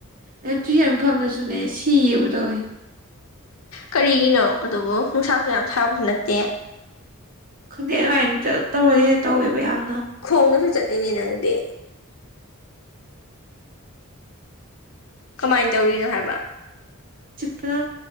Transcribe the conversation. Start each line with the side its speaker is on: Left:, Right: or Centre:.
Right: ꯑꯦ ꯇꯨꯏꯁꯟ ꯃꯐꯝꯗꯁꯨꯅꯦ ꯁꯤꯌꯦꯕ ꯇꯧꯋꯦ
Left: ꯀꯔꯤꯒꯤꯅꯣ ꯑꯗꯨꯕꯨ ꯅꯨꯡꯁꯥꯁꯨ ꯌꯥꯝ ꯁꯥꯕꯁꯨ ꯅꯠꯇꯦ
Right: ꯈꯪꯗꯦ ꯑꯗꯨꯃꯥꯏꯅ ꯇꯧꯔꯗꯤꯦ ꯇꯧꯋꯦꯕ ꯌꯥꯝ
Left: ꯈꯣꯡꯅꯁꯨ ꯆꯠꯂꯤꯅꯦ ꯅꯪꯗꯤ ꯀꯃꯥꯏꯅ ꯇꯧꯔꯤꯅꯣ ꯍꯥꯏꯕ
Right: ꯆꯤꯛꯄꯗꯣ